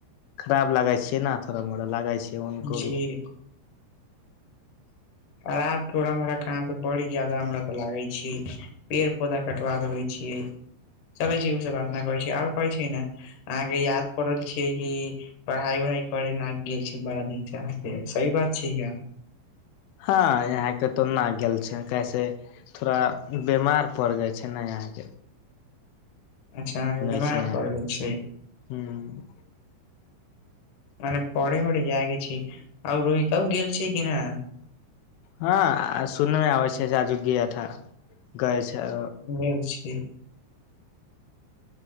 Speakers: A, on the left (about 85°); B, on the left (about 70°).
A: खराब लागे छै ने थोड़ा मोड़ा लागा छै उनको
B: जी
A: भी
B: आब थोड़ा मोड़ा कहाँ से बड़ी ज्यदा हमरा लागे छै पेड़ पौधा के बा देबै छियै चलै छी ओ सब बात नहि करै छी आओर कहै छी ने अहाँके याद पड़ल छियै कि पढ़ाई उढ़ाई करे गेल छी बड़ा सही बात छै या
A: हँ यहाँके तो नहि गेल छै कैसे थोड़ा बेमार पड़ि जाइ छै ने यहाँके
B: अच्छा अहा बीमार
A: छै यहाँ
B: पैर गेल छै
A: ह
B: मने परहे जाए गे छी आउ रोहित ओ गेल छै कि न
A: हँ सुन मे आबै छैजूगथा गए छै
B: <unintelligible> छी